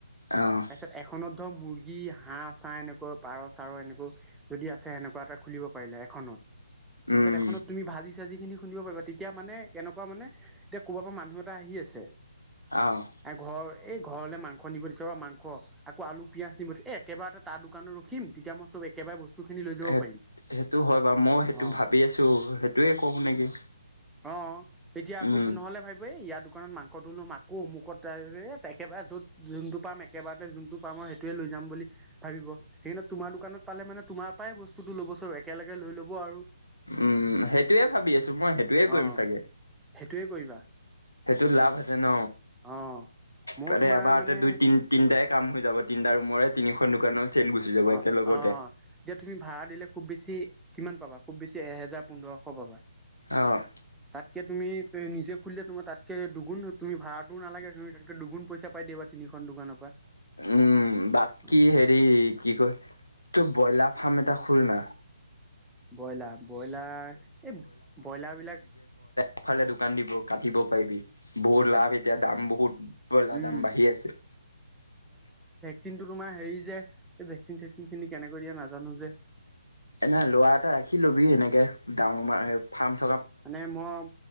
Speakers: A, on the left (about 85°); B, in the centre.
A: অ',
B: তাৰপিছত এখনত ধৰ মুৰ্গী কি হাঁহ চাঁ এনেকুৱা পাৰ চাৰ এনেকুৱা যদি আছে সেনেকুৱা এটা খুলিব পাৰিলে এখনত।
A: উম,
B: পিছত এখনত তুমি ভাজিছ যিখিনি শুনিব পাৰিবা তেতিয়া মানে এনেকুৱা মানে এতিয়া ক'ৰবা পৰা মানুহ এটা আহি আছে।
A: অ',
B: এঘৰে। এই ঘৰলে মাংস নিব দিছে ৰ মাংস আকৌ আলু পিয়াজ নিমখ এ একেবাৰে এটা তাৰ দোকানত ৰখিম তেতিয়া মই চব একেবাৰে বস্তু খিনি লৈ যাব
A: সেট
B: পাৰিম
A: সেইটো হয় বাৰু মই সেইটো
B: অ
A: ভাবি আছো সেইটোয়ে কওঁ নেকি?
B: অঁ। এতিয়া আকৌ
A: উম,
B: নহ'লে ভাবিব এ ইয়াত, দোকানত মাংসটো লোম আকৌ অমুকত ডায়ৰেক একেবাৰে য'ত যোনটো পাম এক একেবাৰতে যোনটো পাম আৰু সেইটোৱে লৈ যাম বুলি ভাবিব সেইকাৰণে তোমাৰ দোকানত পালে মানে তোমাৰ পৰাই বস্তুটো ল'ব চব একেলগে লৈ ল'ব আৰু
A: উম সেইটোয়েই ভাবি আছো, মই সেইটোয়ে
B: অ
A: কৰিম চাগে।
B: সেইটোৱে কৰিবা
A: সেইটো লাভ আছে ন,
B: অ' ময়ো
A: তাতে
B: তোমাৰ
A: এবাৰতে
B: মানে
A: দুই তিন তিনটাই কাম হৈ যাব, তিনিটা ৰুমৰে, তিনিখন দোকানৰ চেল গুচি যাব
B: অ',
A: একেলগতে।
B: অ', এতিয়া তুমি ভা়ড়া দিলে খুব বেছি কিমান পাবা? খুব বেছি এহেজাৰ, পোন্ধৰশ পাবা।
A: অ'।
B: তাতকে তুমি তুমি নিজে খুলিলে তোমাৰ তাতকে দুগুণ তুমি ভাড়াটো নালাগে তুমি তাতকে দুগুণ পইচা পাই দিবা তিনিখন দোকানৰ পৰা।
A: উম, বাকী
B: অ'
A: হেৰি কি কয়, তই ব্ৰইলাৰ ফাৰ্ম এটা খুলনা।
B: ব্ৰইলাৰ, ব্ৰইলাৰ এই ব্ৰইলাৰ বিলাক
A: ইফালে দোকান দিব কাটিব পাৰিবি, বহুত লাভ এতিয়া দাম বহুত ব্ৰইলাৰ
B: উম
A: দাম বাঢ়ি আছে।
B: কিন্তু তোমাৰ হেৰি যে, এই ভেক চিন চেকফিন খিনি কেনেকৈ দিয়ে নাজানো যে
A: এনেহ ল'ৰা এটা ৰাখি ল'বি এনেকে ডাঙৰ-ফ্ৰাম
B: মানে মই